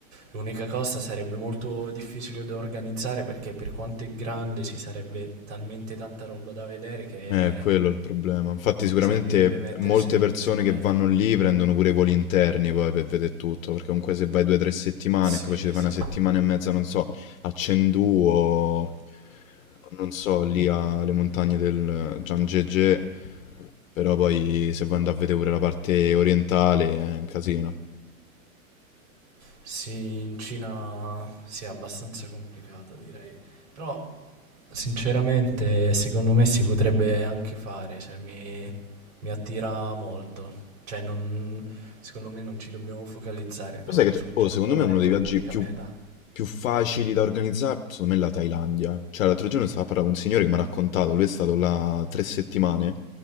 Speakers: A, on the right; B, on the left.
A: l'unica cosa sarebbe molto difficile da organizzare perché per quanto è grande ci sarebbe talmente tanta roba da vedere che
B: Eh, quello è il problema. Infatti sicuramente
A: servirebbe mettersi
B: molte
A: veramente
B: persone
A: bene.
B: che vanno lì prendono pure i voli interni poi per vedere tutto, perché comunque se vai due o tre settimane
A: Sì,
B: è capace di
A: sì.
B: fare una settimana e mezza, non so, a Chengdu o non so, lì alle montagne del Zhangjiajie, però poi se vuoi andare a vedere pure la parte orientale è un casino.
A: Sì, in Cina sì, è abbastanza complicato, direi. Però Sinceramente, secondo me si potrebbe anche fare, cioè mi, mi attira molto. Cioè, non- secondo me non ci dobbiamo focalizzare troppo
B: Lo sai che c'è
A: sul
B: oh,
A: Giappone
B: secondo me uno
A: come
B: dei viaggi
A: unica
B: più
A: meta.
B: più facili da organizzare, secondo me è la Thailandia. Cioè, l'altro giorno stavo a parlare con un signore che mi ha raccontato, lui è stato là tre settimane